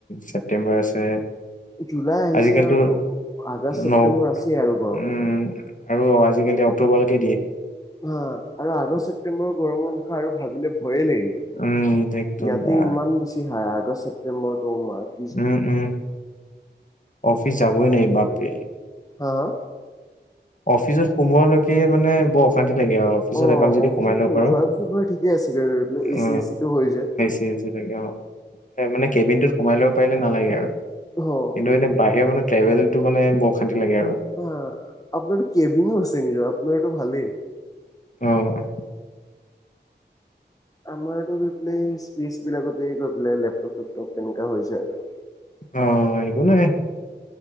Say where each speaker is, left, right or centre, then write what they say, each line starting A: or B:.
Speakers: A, on the left; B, on the left.
A: ছেপটেম্বৰ আছে।
B: জুলাই আহিছে
A: আজিকালিতো
B: আৰুতো। আগষ্ট ছেপ্টেম্বৰ
A: ন!
B: আছেই আৰু গৰম।
A: উম। আৰু আজিকালি অক্টোবৰলৈকে দিয়ে।
B: হা, আৰু আগষ্ট-ছেপ্টেম্বৰৰ গৰমৰ বিষয়ে আৰু ভাবিলে ভয় লাগে দেই,
A: উম একদম
B: ইয়াতে
A: বা
B: ইমান বেছি হাই আগষ্ট - ছেপটেম্বৰটো <unintelligible>
A: উম, উম, অফিচ যাবই নোৱাৰি, বাপৰে!
B: হা, হা।
A: অফিচত সোমোৱালৈকে মানে বৰ অশান্তি লাগে আৰু। অফিচত
B: অ অফিচত
A: এপাক যদি সোমাই ল'ব পাৰো
B: যোৱাৰ পিছত, বাৰু, ঠিকে আছে, এই
A: অ
B: এচি এচিটো হৈ যায়।
A: <unintelligible> অ', মানে কেবিনটোত সোমাই লওঁ পাৰিলে নালাগে আৰু,
B: অ
A: কিন্তু এনে বাহিৰ, মানে, ট্ৰেভেলটো, মানে, বৰ অশান্তি লাগে আৰু।
B: হা, আপোনাৰটো কেবিনো আছে নিজৰ। আপোনাৰ এইটো ভালেই।
A: অ'।
B: আমাৰতো গৈ পেলাই এই স্পেচবিলাকতে গৈ পেলাই লেপটপ-চেপটপ তেনেকুৱা হৈছে আৰু।
A: অঁ একো নাই।